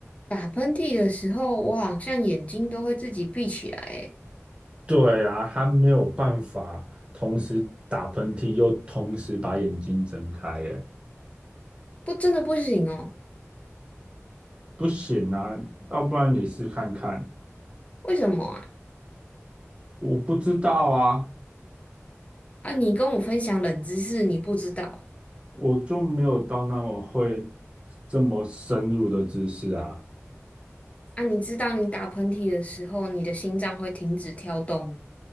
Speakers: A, on the left; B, on the right.
A: 打喷嚏的时候，我好像眼睛都会自己闭起来，诶，
B: 对啊，他没有办法同时打喷嚏又同时把眼睛睁开耶。
A: 不，真的不行哦。
B: 不行啊，要不然你试看看。
A: 为什么啊？
B: 我不知道啊，
A: 啊，你跟我分享冷知识，你不知道
B: 我就没有到那么会这么深入的知识啊。
A: 啊？你知道你打喷嚏的时候，你的心脏会停止跳动，